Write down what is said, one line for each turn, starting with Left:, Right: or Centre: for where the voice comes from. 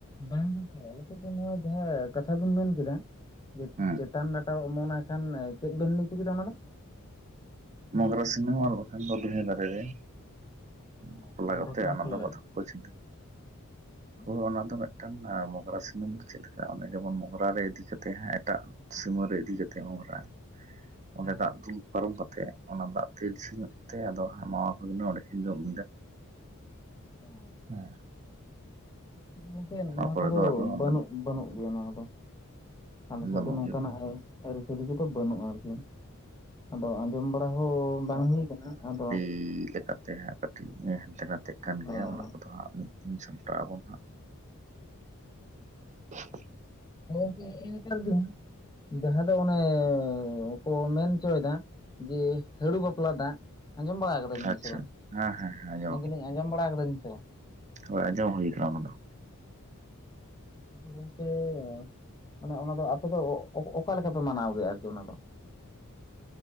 Left: ᱵᱟᱝ ᱜᱚᱢᱠᱮ ᱟᱞᱮ ᱥᱮᱫ ᱫᱚ ᱱᱚᱣᱟ ᱡᱟᱸᱦᱟ ᱠᱟᱛᱷᱟ ᱵᱮᱱ ᱢᱮᱱ ᱠᱮᱫᱟ ᱡᱮ
Right: ᱦᱮᱸ
Left: ᱪᱮᱛᱟᱱ ᱰᱟᱴᱟᱼᱼ ᱢᱚᱱᱟ ᱠᱷᱟᱱ ᱪᱮᱫ ᱵᱮᱱ ᱞᱟᱹᱭᱪᱚ ᱠᱮᱫᱟ ᱚᱱᱟ ᱫᱚ?
Right: ᱢᱳᱜᱨᱟ ᱥᱤᱱᱟᱢ ᱟᱨ ᱵᱟᱠᱷᱟᱱ ᱫᱚ ᱵᱷᱤᱱᱟᱹ ᱫᱟᱨᱮ ᱨᱮ
Left: ᱚ
Right: ᱵᱟᱯᱞᱟ
Left: ᱢᱟᱱᱮ
Right: ᱠᱟᱛᱮᱜ
Left: ᱦᱚᱪᱚ
Right: ᱚᱱᱟ ᱫᱚ
Left: ᱞᱟᱜᱟᱜᱼᱟ
Right: ᱵᱟᱫᱷᱟ ᱛᱮᱠᱚ ᱪᱤᱠᱟ ᱪᱷᱤᱸᱰᱟᱹ
Left: ᱚ,
Right: ᱦᱳ ᱚᱱᱟ ᱫᱚ ᱢᱤᱫᱴᱟᱝ ᱢᱳᱜᱨᱟ ᱥᱤᱱᱟᱹᱢ ᱫᱚ ᱪᱮᱜ ᱞᱮᱠᱟ ᱚᱱᱮ ᱡᱮᱢᱚᱱ ᱢᱳᱜᱨᱟ ᱨᱮ ᱤᱫᱤ ᱠᱟᱛᱮ ᱦᱟᱸᱜ ᱮᱴᱟᱜ ᱥᱤᱢᱟᱹ ᱨᱮ ᱤᱫᱤ ᱠᱟᱛᱮᱫ ᱜᱳᱜᱨᱟ ᱚᱸᱰᱮ
Left: ᱦᱮᱸ ᱦᱮᱸ
Right: ᱫᱟᱜ ᱫᱩᱞ ᱯᱟᱨᱚᱢ ᱠᱟᱛᱮᱫ ᱚᱱᱟ ᱫᱟᱜ <inaudible> ᱧᱚᱜ ᱛᱮ ᱟᱫᱚ ᱢᱟᱢᱟ ᱵᱷᱟᱜᱽᱱᱟ ᱚᱸᱰᱮ ᱠᱤᱱ ᱡᱚᱢᱟ
Left: ᱚ <inaudible>
Right: ᱦᱮᱸ
Left: ᱜᱚᱝᱠᱮ
Right: ᱚᱱᱟ
Left: ᱱᱚᱣᱟ
Right: ᱯᱚᱨᱮ
Left: ᱠᱚᱫᱚ
Right: ᱫᱚ ᱟᱫᱚ ᱚᱸᱰᱮ
Left: ᱵᱟᱹᱱᱩᱜ ᱵᱟᱹᱱᱩᱜ ᱜᱮᱭᱟ ᱱᱚᱣᱟ ᱠᱚ ᱫᱚ ᱟᱞᱮ ᱥᱮᱫ
Right: ᱵᱟᱹᱱᱩᱜ
Left: ᱫᱚ ᱱᱚᱝᱠᱟᱱᱟᱜ
Right: ᱜᱮᱭᱟ
Left: ᱨᱮ ᱟᱹᱨᱤᱪᱟᱹᱞᱤ ᱠᱚᱫᱚ ᱵᱟᱹᱱᱩᱜᱼᱟ ᱟᱨᱠᱤ ᱟᱫᱚ ᱟᱸᱡᱚᱢ ᱵᱟᱲᱟ ᱦᱚᱸ ᱵᱟᱝ ᱦᱩᱭ ᱟᱠᱟᱱᱟ ᱟᱫᱚ
Right: <unintelligible> ᱛᱮ ᱦᱟᱸᱜ ᱠᱟᱹᱴᱤᱡ ᱦᱮᱱᱛᱮ ᱱᱟᱷᱟᱛᱮᱜ ᱠᱟᱱ ᱜᱮᱭᱟ
Left: ᱜᱚᱝᱠᱮ
Right: ᱚᱱᱟ ᱠᱚᱫᱚ ᱦᱟᱸᱜ ᱢᱤᱫ ᱫᱤᱱ ᱥᱟᱢᱴᱟᱜ ᱟᱵᱚᱱ ᱦᱟᱸᱜ <inaudible>
Left: ᱜᱚᱝᱠᱮ ᱱᱮᱛᱟᱨ ᱫᱚ ᱡᱟᱦᱟᱸ ᱫᱚ ᱚᱱᱮ ᱠᱚ ᱢᱮᱱ ᱦᱚᱪᱚᱭᱮᱫᱟ ᱡᱮ ᱦᱟᱹᱲᱩ ᱵᱟᱯᱞᱟ ᱫᱟᱜ ᱟᱸᱡᱚᱢ ᱵᱟᱲᱟ ᱠᱟᱫᱟ
Right: ᱟᱪᱪᱷᱟ
Left: ᱥᱮ ᱵᱟᱝ
Right: ᱦᱮᱸ ᱦᱮᱸ ᱦᱮᱸ ᱟᱸᱡᱚᱢ
Left: ᱢᱮᱱᱫᱟᱞᱤᱧ ᱟᱸᱡᱚᱢ ᱵᱟᱲᱟ ᱠᱟᱫᱟᱵᱤᱱ ᱥᱮ ᱵᱟᱝ
Right: ᱦᱳᱭ ᱟᱸᱡᱚᱢ ᱦᱩᱭ ᱠᱟᱱᱟ ᱚᱱᱟ ᱫᱚ
Left: ᱜᱚᱝᱠᱮ ᱢᱟᱱᱮ ᱚᱱᱟ ᱫᱚ ᱟᱯᱮ ᱫᱚ ᱚᱠᱟ ᱞᱮᱠᱟ ᱯᱮ ᱢᱟᱱᱟᱣ ᱜᱮᱭᱟ ᱟᱨᱠᱤ ᱚᱱᱟ ᱫᱚ